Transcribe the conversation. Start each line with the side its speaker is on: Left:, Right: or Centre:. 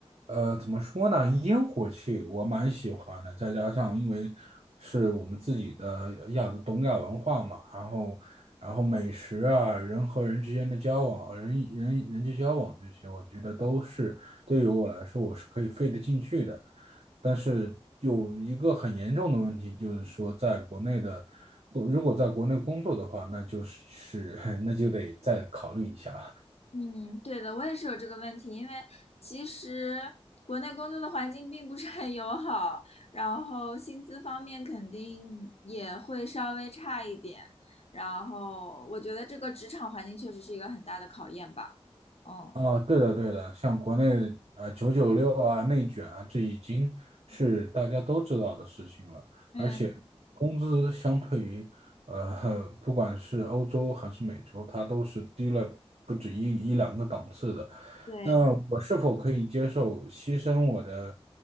Right: 呃，怎么说呢，烟火气我蛮喜欢的。再加上因为是我们自己的亚东亚文化嘛，然后然后美食啊，人和人之间的交往，人人人际交往这些，我觉得都是对于我来说我是可以费得进去的。但是有一个很严重的问题，就是说在国内的，如果在国内工作的话，那就是 <laughs> 那就得再考虑一下。
Left: 嗯，对的，我也是有这个问题，因为其实国内工作的环境并不是很友好，然后薪资方面肯定也会稍微差一点，然后我觉得这个职场环境确实是一个很大的考验吧。嗯，
Right: 啊，对的，对的，像国内啊九九六啊、内卷啊，这已经是大家都知道的事情了。
Left: 嗯，
Right: 而且工资相对于呃，<laughs> 不管是欧洲还是美洲，它都是低了不止一一两个档次的。
Left: 对。
Right: 那我是否可以接受牺牲我的